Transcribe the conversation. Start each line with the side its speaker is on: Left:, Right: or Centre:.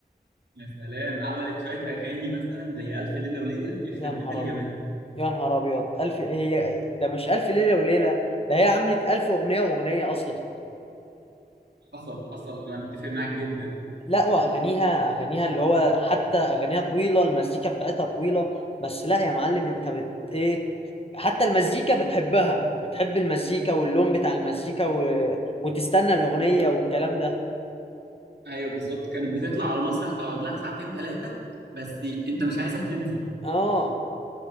Right: يا سلام عملت شوية اغاني مثلا زي ألف ليلة وليلة يخرب
Left: يا نهار
Right: بيت الجمال
Left: ابيض يا نهار ابيض الف هي ده مش الف ليله وليله ده هي عملت الف اغنيه واغنيه اصلا
Right: حصل حصل انا متفق معاك جدا
Left: لا واغانيها اغانيها اللي هو حتى اغانيها طويله المزيكا بتاعتها طويله بس لا يا معلم انت بت ايه حتى المزيكا بتحبها بتحب المزيكا واللون بتاع المزيكا و... وتستنى الاغنيه والكلام ده
Right: ايوه بالظبط كانت بتطلع على المسرح تقعد لها ساعتين ثلاثة بس انت مش عايزها تنزل
Left: اه